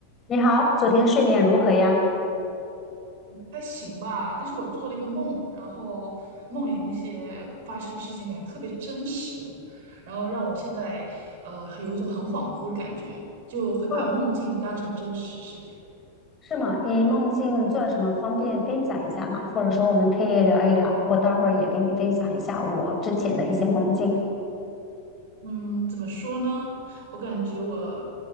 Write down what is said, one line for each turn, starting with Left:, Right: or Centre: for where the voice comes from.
Left: 你好，昨天睡眠如何呀？
Right: 还行吧，但是我做了一个梦，然后梦里那些发生的事情感觉特别真实，然后让我现在呃有一种很恍惚的感觉，就会把梦境当成真实世界。
Left: 哦，是吗？你梦境做了什么？方便分享一下吗？或者说我们可以聊一聊，我待会儿也给你分享一下我之前的一些梦境。
Right: 嗯，怎么说呢？我感觉我，